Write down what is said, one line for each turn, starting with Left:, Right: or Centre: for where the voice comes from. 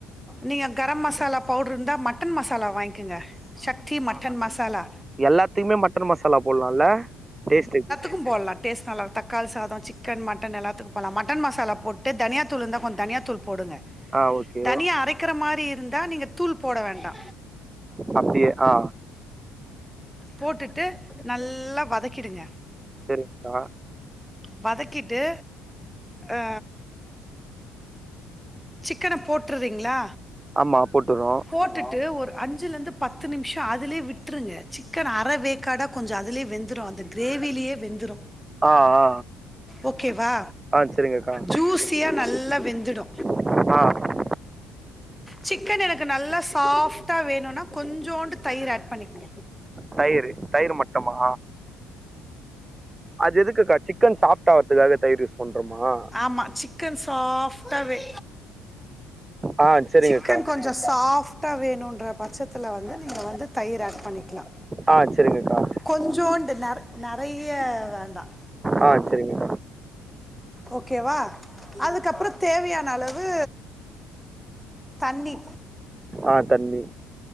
Centre: நீங்க கரம் மசாலா பவுடரு இருந்தா மட்டன் மசாலா வாங்கிக்கங்க சக்தி மட்டன் மசாலா
Right: எல்லாத்தியுமே மட்டன் மசாலா போட்லால்ல டேஸ்டுக்கு
Centre: கும் போட்லா டேஸ்ட் நல்லா தக்காளி சாதொ சிக்கன் மட்டன் எல்லாத்துக்கு போட்லா மட்டன் மசாலா போட்டு தனியா தூள் இருந்தா கொஞ்ச தனியா தூள் போடுங்க
Right: ஆ ஓகே
Centre: தனியா அரைக்கிற மாரி இருந்தா நீங்க தூள் போட வேண்டா
Right: அப்டியே அ
Centre: போட்டுட்டு நல்லா வதக்கிடுங்க
Right: சரிங்கா
Centre: வதக்கிட்டு அ சிக்கன போட்ருறீங்ளா
Right: ஆமா போட்டுறோ
Centre: போட்டுட்டு ஒரு அஞ் சுலருந்து பத்து நிம்ஷோ அதுலே விட்ருங்க சிக்கன் அர வேக்காடா கொஞ்ச அதுலே வெந்துரு அந்த கிரேவிலியே வெந்துரு
Right: ஆ ஆ
Centre: ஓகேவா
Right: ஆ சரிங்கக்கா
Centre: ஜூஸியா நல்லா வெந்துடு
Right: அ
Centre: சிக்கன் எனக்கு நல்லா சாஃப்டா வேணுனா கொஞ்சோண்டு தயிர் ஆட் பண்ணிகுங்க
Right: தயிரு தயிர் மட்டுமா அது எதுக்குக்கா சிக்கன் சாஃப்ட் ஆவுரதுக்காக தயிர் யூஸ் பண்றோமா
Centre: ஆம்மா சிக்கன் சாஃப்டாவே
Right: ஆ சரிங்கக்கா
Centre: சிக்கன் கொஞ்சம் சாஃப்ட்டா வேணுன்ற பட்சத்தில் வந்து நீங்கள் வந்து தயிர் ஆட் பண்ணிக்கலாம்
Right: ஆ சரிங்கக்கா
Centre: கொஞ்சோண்டு ந நிறைய வேண்டாம்
Right: ஆ மேடம் சரிங்க
Centre: ஓகேவா அதுக்கப்புறம் தேவையான அளவு தண்ணி
Right: ஆ தண்ணி